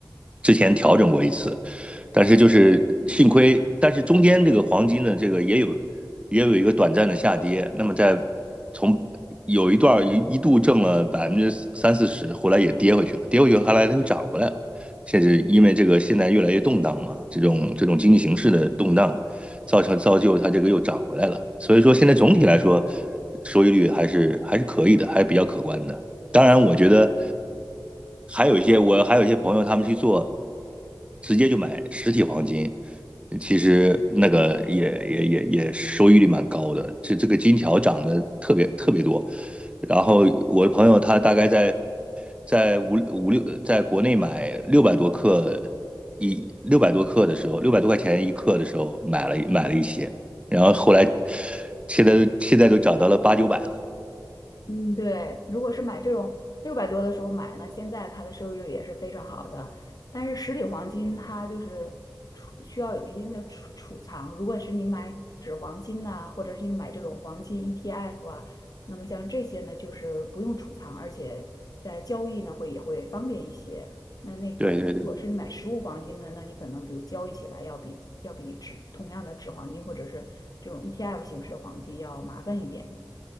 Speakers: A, on the right; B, on the left.
A: 之前调整过一次，但是就是幸亏，但是中间这个黄金的这个也有也有一个短暂的下跌，那么在从有一段儿一一度挣了百分之三四十，后来也跌回去了，跌回去后来它又涨回来了。甚至因为这个现在越来越动荡嘛，这种这种经济形势的动荡，造成造就它这个又涨回来了。所以说现在总体来说，收益率还是还是可以的，还是比较可观的。当然，我觉得还有一些我还有一些朋友他们去做，直接就买实体黄金，其实那个也也也也收益率蛮高的。这这个金条涨得特别特别多。然后我的朋友他大概在在五五六，在国内买六百多克一六百多克的时候，六百多块钱一克的时候买了买了一些，然后后来现在现在都涨到了八九百了。
B: 嗯对，如果是买这种六百多的时候买呢，现在它的收益率也是非常好的。但是实体黄金它就是储需要有一定的储储藏，如果是你买纸黄金呐、或者是你买这种黄金 ETF 啊，那么像这些呢，就是不用储藏，而且在交易呢会也会方便一些。那那个如果是你买实物黄金的，
A: 对对对，
B: 那你可能比如交易起来要比要比纸同样的纸黄金或者是这种 ETF 形式的黄金要麻烦一点。